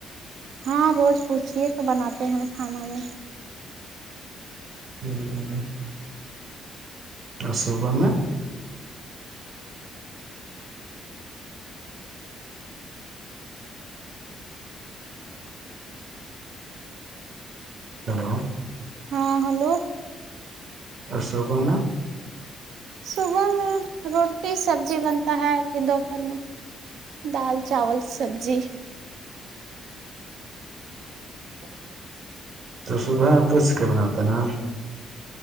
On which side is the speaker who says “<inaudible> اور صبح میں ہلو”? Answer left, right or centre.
Right